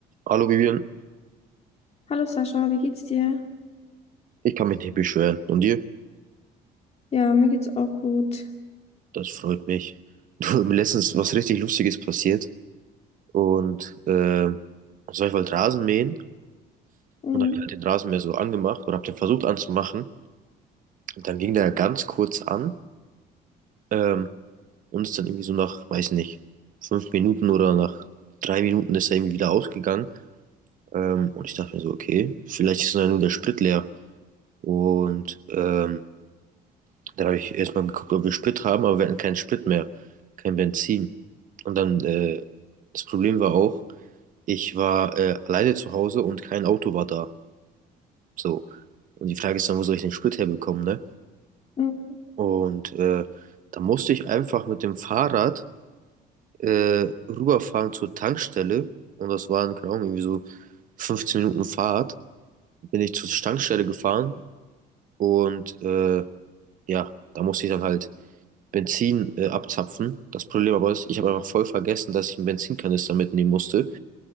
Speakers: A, on the right; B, on the left.
A: Hallo Vivian,
B: Hallo Sascha, wie geht's dir?
A: ich kann mich nicht beschweren. Und dir?
B: Ja, mir geht's auch gut.
A: Das freut mich. <laughs> Du, mir letztens was richtig Lustiges passiert. Und äh, so, ich wollte Rasen mähen
B: Mhm.
A: und habe halt den Rasenmäher so angemacht und habe den versucht anzumachen. Und dann ging der ganz kurz an ähm, und ist dann irgendwie so nach, weiß nicht, fünf Minuten oder nach drei Minuten ist er irgendwie wieder ausgegangen. Ähm, und ich dachte mir so, okay, vielleicht ist dann nur der Sprit leer. Und ähm, Dann habe ich erstmal geguckt, ob wir Sprit haben, aber wir hatten keinen Sprit mehr, kein Benzin. Und dann, äh, das Problem war auch, ich war äh, alleine zu Hause und kein Auto war da. So. Und die Frage ist dann, wo soll ich den Sprit herbekommen, ne?
B: Mhm.
A: Und äh, da musste ich einfach mit dem Fahrrad äh, rüberfahren zur Tankstelle. Und das waren, keine Ahnung, irgendwie so 15 Minuten Fahrt. Bin ich zur Tankstelle gefahren und äh, ja, da musste ich dann halt Benzin äh, abzapfen. Das Problem aber ist, ich habe einfach voll vergessen, dass ich einen Benzinkanister mitnehmen musste.